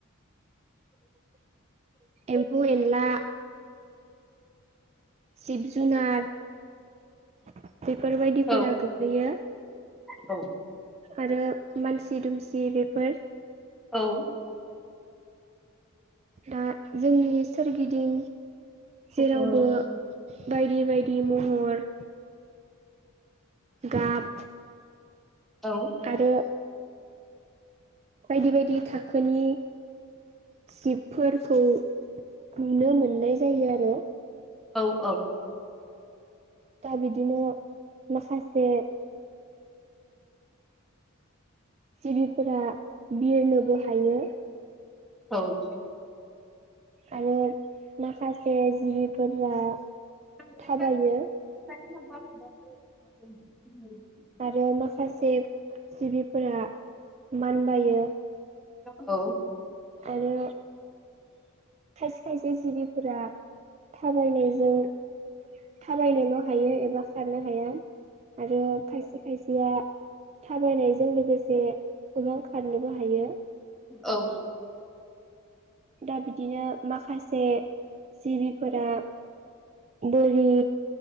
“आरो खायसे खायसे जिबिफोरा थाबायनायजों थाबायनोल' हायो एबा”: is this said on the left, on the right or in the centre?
Right